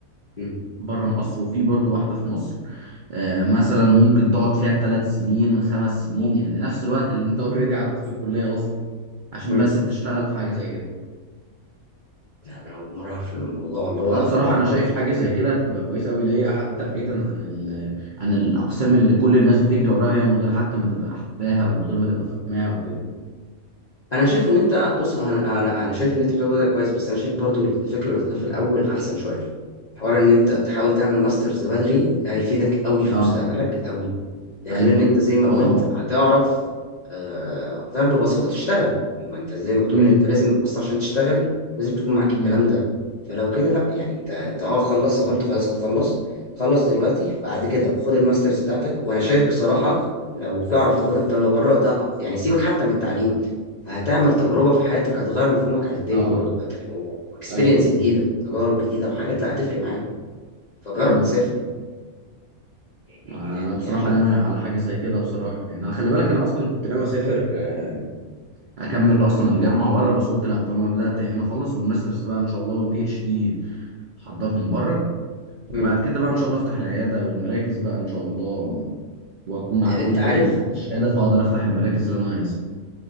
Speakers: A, on the left; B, on the right.
A: م.
B: بره مصر وفي برضو واحدة في مصر آه، مثلا ممكن تقعد فيها ثلاث سنين خمس سنين
A: بس-
B: يعني نفس الوقت اللي انت اوريدي قعدت
A: بس.
B: في الكلية اصلا عشان
A: م.
B: بس تشتغل في حاجة زي كده
A: لا، أنا أول مرة أعرف إن الموضوع اللي هو
B: ده بصراحة
A: معقد
B: أنا شايف حاجة زي
A: ممكن.
B: كده هتبقى كويسة أوي ليا حتى بعيدا عن ال عن الأقسام اللي كل الناس بتجري وراها هي من غير حتى ما تبقى حباها ومن غير ما تبقى فاهماها وكده
A: انا شايف ان انت بص انا انا انا شايف ان انت بتقول ده كويس بس انا شايف برضو الفكره اللي قلتها في الاول احسن شويه حوار ان انت تحاول تعمل ماسترز بدري هيفيدك قوي في
B: أه
A: مستقبلك قوي ده غير
B: أيوه
A: ان انت زي ما
B: أه
A: قلت
B: طبعا
A: هتعرف آه، هتعرف ببساطه تشتغل ما انت زي ما بتقول
B: امم
A: ان انت لازم بص عشان تشتغل لازم تكون معاك الكلام
B: امم
A: ده فلو كده لا يعني انت انت اه خلص او انت خلاص هتخلص خلص دلوقتي بعد كده خد الماسترز بتاعتك وانا شايف بصراحه لو تعرف تاخدها في دوله بره ده أ- يعني سيبك حتى من التعليم هتعمل تجربة في حياتك هتغير مفهومك عن الدنيا
B: أه
A: برضو واكسبيرينس
B: أيوه
A: جديدة تجارب جديدة وحاجات لا هتفرق معاك فجرب
B: امم
A: سافر يعني
B: ما أنا بصراحة
A: يعني
B: ناوي على حاجة زي كده بصراحة يعني أنا خلي بالك أنا أصلا كنت ناوي أسافر آه، اكمل
A: <clears throat>
B: اصلا الجامعه بره بس قلت لا طالما انا بدات هنا خلص والماسترز بقى ان شاء الله والبي اتش دي حضرهم بره
A: م-
B: وبعد
A: م.
B: كده بقى ان شاء الله افتح العياده والمراكز بقى ان شاء الله واكون عديت
A: انت عارف
B: يعني خدت الشهاده فاقدر افتح المراكز اللي انا عايزها